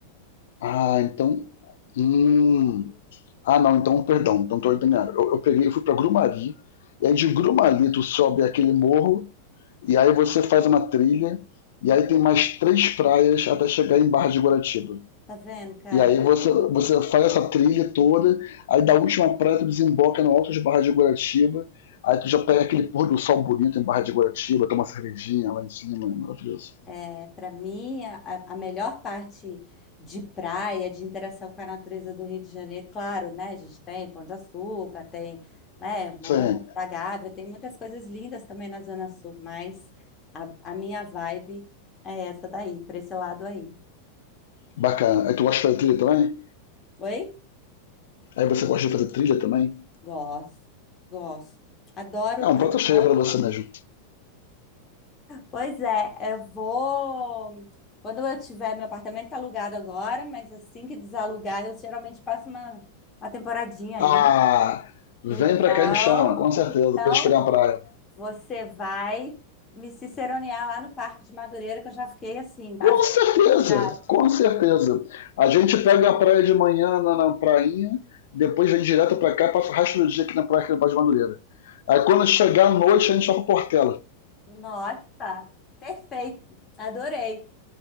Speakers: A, on the left; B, on the left.
A: Ah, então. Hum, Ah, não, então, perdão, então estou ordenado. Eu, eu peguei, eu fui para Grumari, e aí de Grumari tu sobe aquele morro, e aí você faz uma trilha, e aí tem mais três praias até chegar em Barra de Guaratiba.
B: tá vendo, cara?
A: E aí você, você faz essa trilha toda, aí da última praia tu desemboca no alto de Barra de Guaratiba, aí tu já pega aquele pôr do sol bonito em Barra de Guaratiba, toma uma cervejinha lá em cima, é maravilhoso.
B: É, para mim, a, a a melhor parte de praia, de interação com a natureza do Rio de Janeiro, claro, né? A gente tem Pão de Açúcar, tem, né, Morro
A: Isso aí,
B: da Gávea, tem muitas coisas lindas também na Zona Sul, mas a, a minha vibe é essa daí, para esse lado aí.
A: bacana. Aí tu gosta de fazer trilha também?
B: Oi?
A: Aí você gosta de fazer trilha também?
B: Gosto, gosto. Adoro,
A: É um
B: adoro
A: prato cheio pra você mesmo.
B: Pois é, eu vou. Quando eu tiver, meu apartamento está alugado agora, mas assim que desalugar, eu geralmente passo uma, uma temporadinha aí.
A: Ah, vem
B: Então,
A: pra cá e me chama, com certeza,
B: então
A: pra gente pegar uma praia.
B: você vai me ciceronear lá no Parque de Madureira, que eu já fiquei assim,
A: Com
B: a
A: certeza,
B: felicidade.
A: com certeza. A gente pega a praia de manhã na, na prainha, depois vem direto pra cá e passa o resto do dia aqui na praia aqui no Bar de Madureira. Aí quando chegar à noite, a gente vai pra Portela.
B: Nossa, perfeito. Adorei.